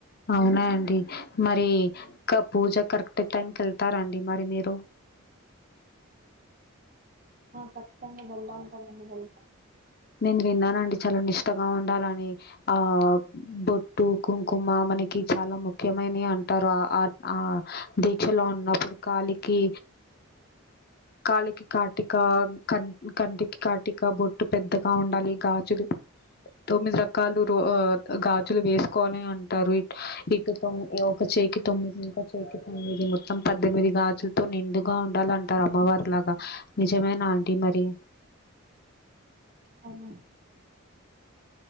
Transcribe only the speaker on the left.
అవునాండి మరి ఇ పూజ కరెక్ట్ టైంకి వెళ్తారాండి మరి మీరు
నేను విన్నానండి చాలా నిష్టగా ఉండాలని ఆ బొట్టు కుం కుమా మనకి చాలా ముఖ్యం అంటారు ఆ దీక్షలో ఉన్నప్పుడు కాలకి కాలకి కాటిక క కంటికి కాటిక బొట్టు పెద్దగా ఉండాలి గాజులు తొమ్మిది రకాలు రో గాజులు వేసుకోవాలి అంటారు ఇటు తొమ్ ఒక చేకి తొమ్మిది ఇంకో చేకి తొమ్మిది మొత్తం పద్దెనిమిది గాజులతో నిండుగా ఉండాల అంటారు అమ్మవారి లాగా నిజమేనా ఆంటీ మరి